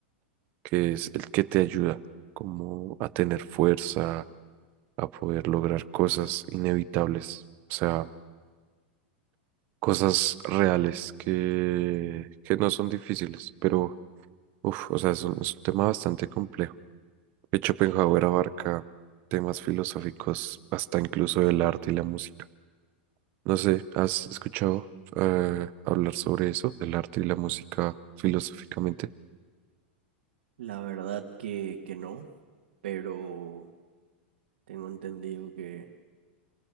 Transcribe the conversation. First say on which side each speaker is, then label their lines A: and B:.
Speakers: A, on the right (about 30°); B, on the right (about 80°).
A: que es el que te ayuda como a tener fuerza, a poder lograr cosas inevitables, o sea, cosas reales que, que no son difíciles, pero Uf, o sea, es un, es un tema bastante complejo. De hecho, Schopenhauer abarca temas filosóficos hasta incluso del arte y la música. No sé, ¿has escuchado eh, hablar sobre eso, del arte y la música filosóficamente?
B: La verdad que, que no, pero tengo entendido que,